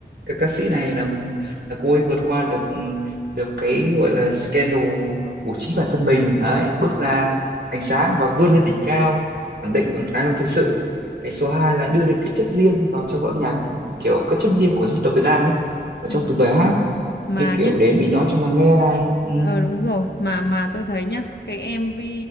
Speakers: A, on the right; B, on the left.
A: cái ca sĩ này là là cô ấy vượt qua được được cái gọi là scandal của chính bản thân mình đấy bước ra ánh sáng và vươn lên đỉnh cao khẳng định bằng tài năng thực sự cái số 2 là đưa được cái chất riêng vào trong âm nhạc kiểu cái chất riêng của dân tộc Việt Nam ấy ở
B: ừ.
A: trong từng bài hát
B: mà
A: như kiểu
B: nhá
A: để Mỹ nói cho mà nghe này ừ,
B: ờ đúng rồi mà mà tôi thấy nhá cái MV